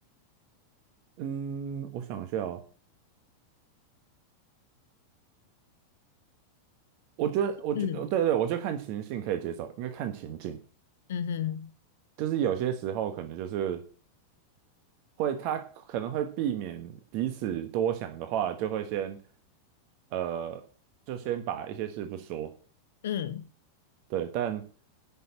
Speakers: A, on the right; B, on the left.
A: 嗯，我想一下哦，我觉得，我觉得，
B: 嗯
A: 对对，我就看情境可以接受，因为看情境，
B: 嗯哼，
A: 就是有些时候可能就是会，他可能会避免彼此多想的话，就会先，呃，就先把一些事不说，
B: 嗯
A: 对，但